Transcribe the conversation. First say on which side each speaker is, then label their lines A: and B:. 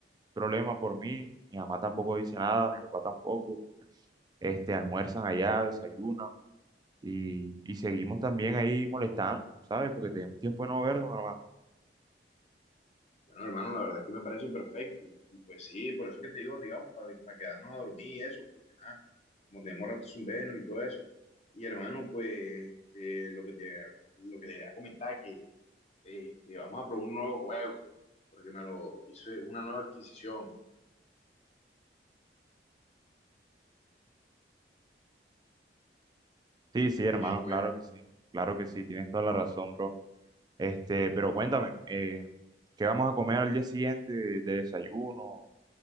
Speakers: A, on the right; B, on the left.
A: problema por mí, mi mamá tampoco dice nada, mi papá tampoco, este, almuerzan allá, desayunan y, y seguimos también ahí molestando, ¿sabes? Porque tenemos tiempo de no vernos, hermano.
B: Bueno, hermano, la verdad es que me parece perfecto. Y pues sí, por eso que te digo, digamos, para, quedarnos a dormir y eso, porque ah, como tenemos rato sin vernos y todo eso. Y hermano, pues este, lo que te, lo que te iba a comentar que este, vamos a probar un nuevo juego, porque me lo hice una nueva adquisición.
A: Sí, sí,
B: El,
A: hermano,
B: juego
A: claro que sí, claro que sí, tienes toda la razón, bro. Este, pero cuéntame, eh, ¿qué vamos a comer al día siguiente de, de desayuno